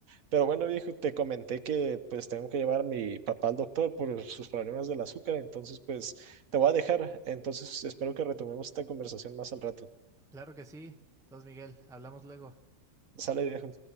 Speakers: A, on the right; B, in the centre.
A: Pero bueno, viejo, te comenté que pues tengo que llevar a mi papá al doctor por sus problemas del azúcar, entonces pues te voy a dejar. Entonces espero que retomemos esta conversación más al rato.
B: Claro que sí. Entonces, Miguel, hablamos luego.
A: Sale, viejo.